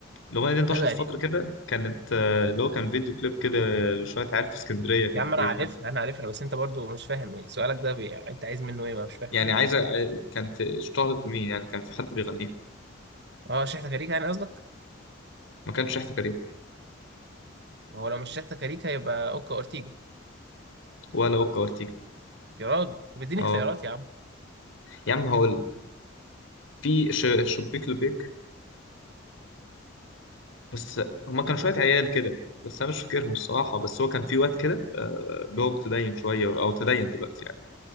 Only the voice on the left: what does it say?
الأغنية دي انتشرت
فترة
كده كانت آه، اللي هو كان فيديو كليب كده لشوية عيال في اسكندرية كانوا
بيغنوا
يعني عايزة عاي- كان في اشتهرت بمين يعني كان في حد بيغنيها
ما كانش شحت كارير
ولا وكا وارتيجا
اه
يا عم هقول لك في ش- شبيك لبيك بس هما كانوا شوية عيال كده بس أنا مش فاكرهم الصراحة بس هو كان في واد كده آه، اللي هو متدين شوية أو تدين دلوقتي يعني.